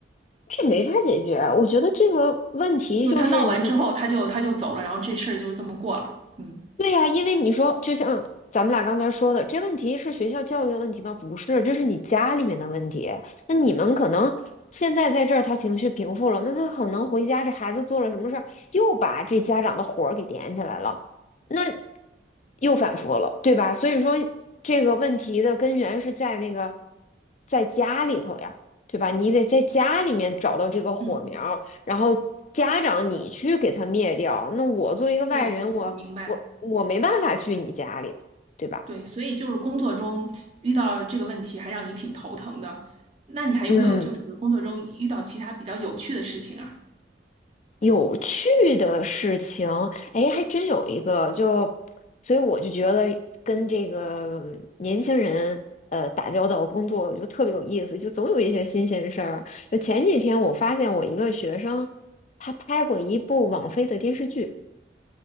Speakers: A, on the left; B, on the right.
A: 这没法解决。我觉得这个问题就是你
B: 就是他闹完之后，他就他就走了，然后这事儿就这么过了。嗯
A: 对呀，因为你说，就像咱们俩刚才说的，这问题是学校教育的问题吗？不是，这是你家里面的问题。那你们可能现在在这儿，他情绪平复了，那他可能回家，这孩子做了什么事儿，又把这家长的火儿给点起来了，那又反复了，对吧？所以说，这个问题的根源是在那个在家里头呀，对吧？你得在家里面找到这个火苗儿然后家长你去给他灭掉。
B: 嗯，
A: 那我作为一个外人，
B: 对，
A: 我我我没办法去你家里，
B: 我明白。
A: 对吧？
B: 对，所以就是工作中遇到了这个问题，还让你挺头疼的。那你还有没有就是工作中遇到其他比较有趣的事情啊？
A: 嗯，有趣的事情，哎，还真有一个，就，所以我就觉得跟这个年轻人，呃，打交道工作就特别有意思，就总有一些新鲜事儿。就前几天我发现我一个学生，他拍过一部网飞的电视剧，